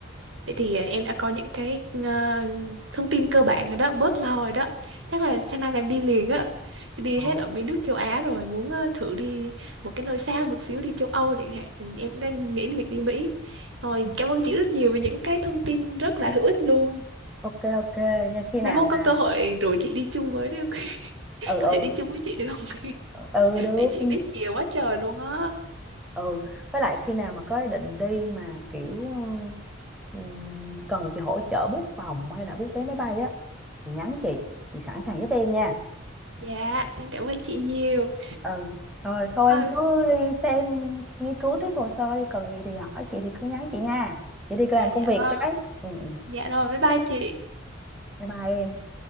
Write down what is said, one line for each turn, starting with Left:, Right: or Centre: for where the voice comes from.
Right: vậy thì à, em đã có những cái ờ, thông tin cơ bản rồi đó, bớt lo rồi đó. Chắc là sang năm là em đi liền á. Chứ Đi
Centre: Ồ.
Right: hết ở mấy nước châu Á rồi muốn ờ, thử đi một cái nơi xa một xíu đi châu Âu chẳng hạn. Thì em cũng đang nghĩ đến việc đi Mỹ. Rồi
Centre: Ừ.
Right: cảm ơn chị rất nhiều về những cái thông tin rất là hữu ích luôn.
Centre: Ok ok nha khi nào
Right: Mai mốt
Centre: mà
Right: có cơ hội rủ chị đi chung với được. <laughs>
Centre: ừ
Right: Có
Centre: ừ
Right: thể đi chung với chị được không?
Centre: ừ được
Right: Vậy chị biết nhiều quá trời luôn á.
Centre: ừ với lại khi nào mà có ý định đi mà kiểu ừm, cần chị hỗ trợ book phòng hay là book vé máy bay á thì nhắn chị chị sẵn sàng giúp em nha
Right: Dạ, em cảm ơn chị nhiều.
Centre: ừ rồi thôi
Right: Thôi,
Centre: em cứ đi xem nghiên cứu tiếp hồ sơ đi cần gì thì hỏi chị thì cứ nhắn chị nha chị đi làm
Right: dạ,
Centre: công
Right: dạ
Centre: việc
Right: vâng.
Centre: cái
Right: ạ.
Centre: ừ, ừ.
Right: Dạ rồi, bye bye chị.
Centre: bye bye em